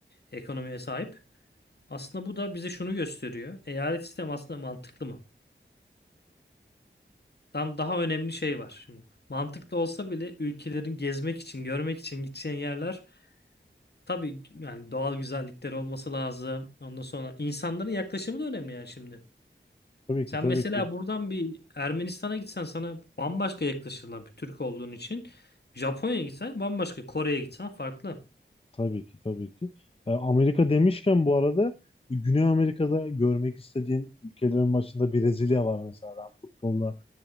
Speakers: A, on the left; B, on the left.
A: ekonomiye sahip. Aslında bu da bize şunu gösteriyor. Eyalet sistemi aslında mantıklı mı? Tam daha önemli şey var şimdi. Mantıklı olsa bile ülkelerin gezmek için, görmek için gideceğin yerler Tabii yani doğal güzellikleri olması lazım. Ondan sonra insanların yaklaşımı da önemli yani şimdi.
B: Tabii
A: Sen
B: ki, tabii
A: mesela
B: ki.
A: buradan bir Ermenistan'a gitsen sana bambaşka yaklaşırlar bir Türk olduğun için. Japonya'ya gitsen bambaşka, Kore'ye gitsen farklı.
B: Tabii ki, tabii ki. E, Amerika demişken bu arada Güney Amerika'da görmek istediğim ülkelerin başında Brezilya var mesela. Ben futbolla,